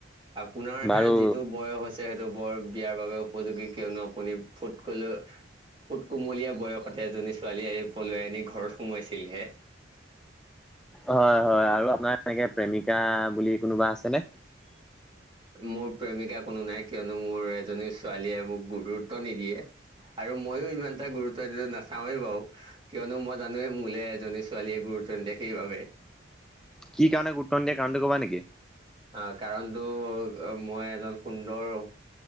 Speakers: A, on the right (about 25°); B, in the centre.
A: আপোনাৰ
B: বাৰু
A: হে যিটো বয়স হৈছে। সেইটো বৰ বিয়াৰ বাবে উপযোগী কিয়নো আপুনি ফুট ক ফুট কুমলীয়া বয়সতে এজনী ছোৱালীয়ে পলাই আনি ঘৰত সোমোৱাইছিলহে।
B: হয়, হয়। আৰু আপোনাৰ এনেকে প্ৰেমিকা বুলি কোনোবা আছেনে?
A: মোৰ প্ৰেমিকা কোনো নাই কিয়নো, মোৰ এজনী ছোৱালীয়ে মোক গুৰুত্ব নিদিয়ে। আৰু মইয়ো ইমান এটা গুৰুত্ব নিদিওঁ, নাচাওঁৱেই বাৰু। কিয়নো মই জানোয়ে মোলে এজনী ছোৱালীয়ে গুৰুত্ব নিদিয়ে সেইবাবে।
B: কি কাৰণে গুৰুত্ব নিদিয়ে কাৰণটো কবা নেকি?
A: অহ কাৰণতো মই এজন সুন্দৰ